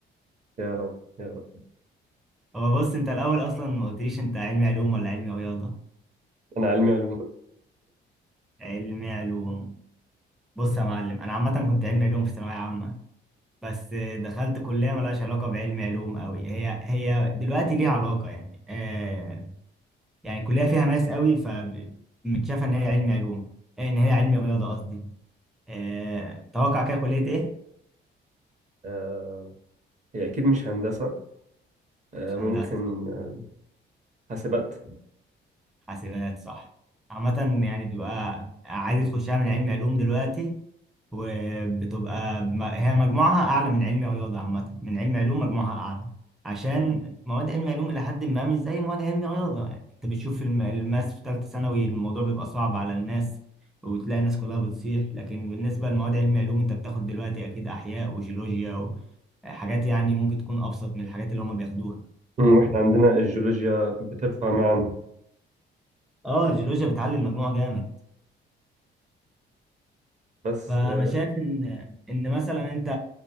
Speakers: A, on the right; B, in the centre.
A: يا رب يا رب
B: <laughs> هو بص انت الاول اصلا ما قلتليش انت علمي علوم ولا علمي رياضه
A: أنا علمي علوم
B: علمي علوم بص يا معلم انا عامه كنت علمي علوم في ثانويه عامه بس دخلت كليه ملهاش علاقه بعلمي علوم قوي هي هي دلوقتي ليها علاقه يعني آه يعني كليه فيها ماس قوي فمتشافه ان هي علمي علوم آه، ان هي علمي رياضه قصدي آه توقع كده كليه ايه
A: آه، هي أكيد مش هندسة آه،
B: مش
A: ممكن
B: هندسه
A: آه، حاسبات
B: حاسبات صح عامة يعني بيبقى عادي تخشها من علمي علوم دلوقتي وبتبقى بم- هي مجموعها أعلى من علمي رياضة عامة من علمي علوم مجموعها أعلى عشان مواد علمي علوم إلى حد ما مش زي مواد علمي رياضة يعني أنت بتشوف الم- الماس في تالتة ثانوي الموضوع بيبقى صعب على الناس وتلاقي الناس كلها بتصيح لكن بالنسبة لمواد علمي علوم أنت بتاخد دلوقتي أكيد أحياء وجيولوجيا وحاجات يعني ممكن تكون أبسط من الحاجات اللي هما بياخدوها
A: مم، وإحنا عندنا الجيولوجيا بترفع معانا
B: اه الجيولوجيا بتعلي المجموع جامد
A: بس
B: فانا
A: آه،
B: شايف ان ان مثلا انت